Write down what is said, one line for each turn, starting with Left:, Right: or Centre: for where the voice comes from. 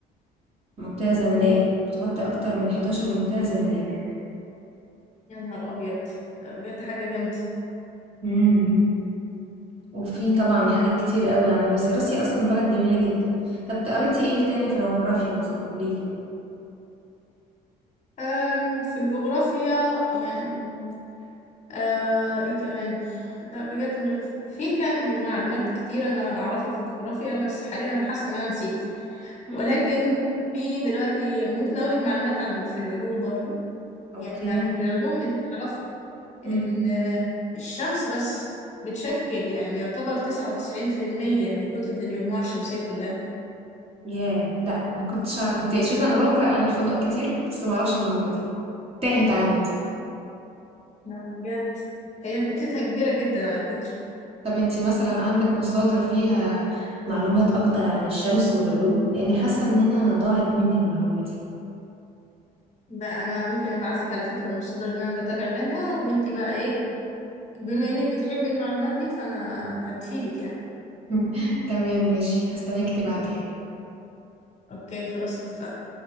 Right: منطقة
Left: مم،
Right: زمنية بتغطي أكتر من 11 منطقة زمنية
Left: يا نهار أبيض لا بجد حاجة جامدة
Right: مم. وفي طبعا حاجات كتير قوي عن روسيا روسيا أصلا بلد جميلة جدا طب قريتي ايه تاني في الجغرافيا مثلا قوليلي كده
Left: أم، في الجغرافيا يعني آه ايه كمان لا بجد من- في كم معلومات كتير انا اعرفها في الجغرافيا بس حاليا انا حاسه ان انا نسيت
Right: مم.
Left: ولكن في دلوقتي ممكن اقول لك معلومات عن في العلوم برضو
Right: اوكي
Left: يعني في العلوم انت تعرفي
Right: مم.
Left: ان الشمس بس بتشكل يعني يعتبر 99% من كتلة المجموعة الشمسية كلها
Right: ياه لا ما كنتش اعرف تاني شوفي انا بقرا عن الفضاء كتير بس ما اعرفش المعلومه دي تاهت عندي دي
Left: لا بجد هي كتلتها كبيرة جدا على فكرة
Right: طب انتي مثلا عندك مصادر فيها معلومات اكتر عن الشمس والعلوم لاني حاسه ان انا ضاعت مني المعلومه دي
Left: ده انا ممكن ابعت لك على فكره المصادر اللي انا بتابع منها وانتي بقى ايه بما انك بتحبي المعلومات دي فانا هتفيدك يعني
Right: <laughs> تمام ماشي هستناك تبعتها لي
Left: اوكي خلاص اتفقنا